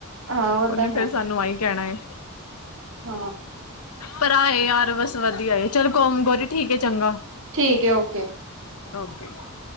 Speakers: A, on the right; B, on the left.
A: ਹਾਂ ਉਹ
B: ਉਨੇ
A: ਤਾਂ
B: ਫੇਰ ਸਾਨੂੰ ਆਹੀ ਕਹਿਣਾ ਏ
A: ਹ
B: ਪਰ ਆ ਏ ਯਾਰ ਬਸ ਵਧੀਆ ਏ ਚੱਲ ਕੋਮ ਗੋਰੀ ਠੀਕ ਐ ਚੰਗਾ।
A: ਠੀਕ ਅ ਓਕੇ
B: - <unintelligible>